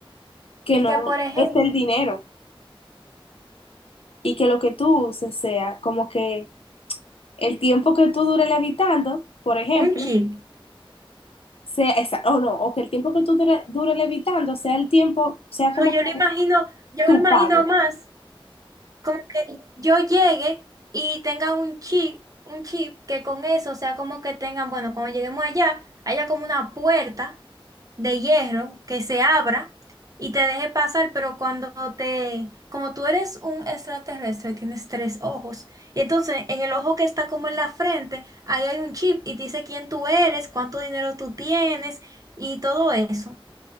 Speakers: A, on the left (about 80°); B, on the right (about 40°).
A: que
B: Y
A: no
B: que, por ejemplo,
A: es el dinero y que lo que tú uses sea como que el tiempo que tú dure levitando, por ejemplo,
B: un chip,
A: sea esa, o no, o que el tiempo que tú dure, dure levitando sea el tiempo, sea
B: no,
A: como
B: yo
A: que
B: lo imagino, yo
A: tu
B: lo imagino
A: pago.
B: más. como que yo llegue y tenga un chip, un chip que con eso, o sea, como que tengan, bueno, cuando lleguemos allá, haya como una puerta de hierro que se abra y te deje pasar, pero cuando te, como tú eres un extraterrestre, tienes tres ojos, y entonces en el ojo que está como en la frente, ahí hay un chip y te dice quién tú eres, cuánto dinero tú tienes y todo eso.